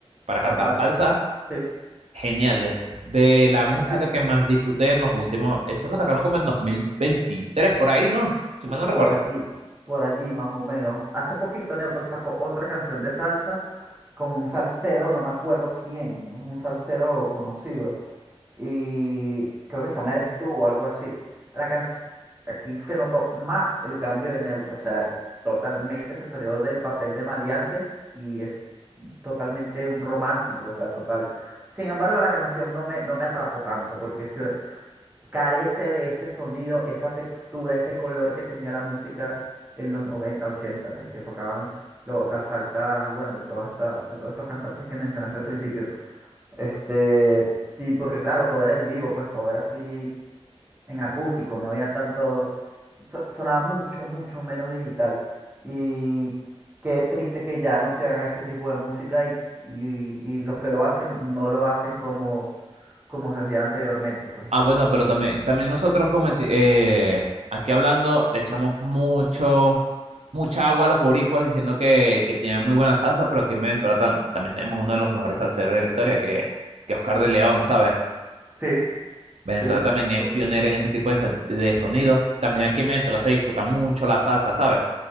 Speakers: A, on the right; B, on the right.
A: para
B: Para
A: cantar
B: salsa.
A: salsa,
B: Sí,
A: genial. Es De la música
B: genial.
A: que más disfruté en los últimos, eso lo sacaron como en 2023, por ahí, ¿no? Si mal no
B: Por
A: recuerdo.
B: allí, por allí más o menos. Hace poquito Neutro sacó otra canción de salsa con un salsero, no me acuerdo quién, es un salsero conocido. Y creo que se llama Eres tú o algo así. La canción, aquí se notó más el cambio de Neutro, o sea, totalmente se salió del papel de maleante y es totalmente un romántico, o sea, total. Sin embargo, la canción no me, no me atrapó tanto porque sí, carece de ese sonido, esa textura, ese color que tenía la música en los 90, 80, de que tocaban lo- las salsas, bueno, de toda esta, de todos estos cantantes que mencionaste al principio. Este, y porque claro, todo era en vivo, pues todo era así en acústico, no había tanto, so- sonaba mucho, mucho menos digital. Y qué triste que ya no se haga este tipo de música y, y- y los que lo hacen no lo hacen como, como se hacía anteriormente, pues.
A: Ah,
B: y-
A: bueno, pero también, también nosotros cometi- eh, aquí hablando le echamos mucho, mucha agua a los boricuas diciendo que, que tienen muy buena salsa, pero aquí en Venezuela tam- también tenemos uno de los mejores salseros de la historia, que, que Oscar de León, ¿sabes?
B: Sí.
A: Venezuela
B: Sí,
A: también es
B: to-
A: pionera en ese tipo de, se- de sonidos. También aquí en Venezuela se disfruta mucho la salsa, ¿sabes?